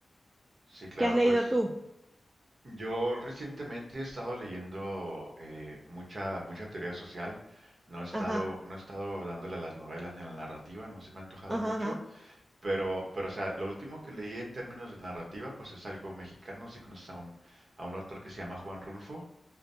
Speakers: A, on the right (about 60°); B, on the right (about 25°).
A: Sí, claro,
B: ¿qué has
A: pues
B: leído tú?
A: yo recientemente he estado leyendo eh, mucha, mucha teoría social. No he estado,
B: Ajá,
A: no he estado dándole a las novelas ni a la narrativa, no se me ha antojado
B: ajá,
A: mucho,
B: ajá.
A: pero, pero, o sea, lo último que leí en términos de narrativa, pues es algo mexicano, si conoces a un, a un autor que se llama Juan Rulfo.